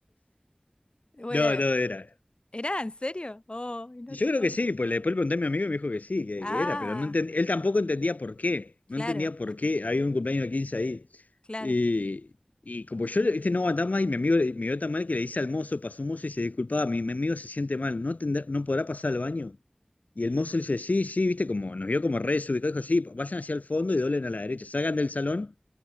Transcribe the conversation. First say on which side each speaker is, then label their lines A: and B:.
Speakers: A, on the left (about 45°); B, on the left (about 85°).
A: Bueno,
B: No, no era.
A: ¿Era en serio? Oh, no
B: Yo
A: te
B: creo
A: puedo
B: que sí,
A: creer.
B: pues le- después le pregunté a mi amigo y me dijo que sí, que,
A: Ah,
B: que era, pero no enten- él tampoco entendía por qué, no
A: claro,
B: entendía por qué había un cumpleaños de 15 ahí.
A: claro.
B: Y, y como yo, este no aguantaba más y mi amigo le- me vio tan mal que le dice al mozo, pasó un mozo y se disculpaba, mi, mi amigo se siente mal, ¿no, tendrá- no podrá pasar al baño? Y el mozo le dice, sí, sí, viste, como nos vio como re desubicado, dijo, sí, vayan hacia el fondo y doblen a la derecha, salgan del salón